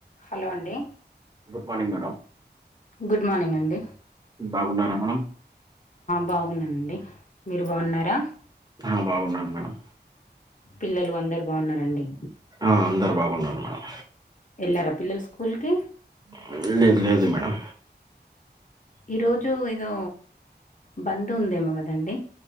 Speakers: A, on the left; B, on the right.
A: Hello అండి
B: good morning madam
A: good morning అండి
B: బాగున్నారా మనం
A: బాగున్నానండి మీరు బాగున్నారా
B: ఆ బాగున్నాన్ మేడం
A: పిల్లలు అందరు బాగున్నార అండి
B: ఆ అందరు బాగున్నారు మేడం
A: ఎల్లార పిల్లలు స్కూల్ కి
B: <unintelligible> లేదు మేడం
A: ఈ రోజు ఏదో బంద్ ఉందేమో కదండి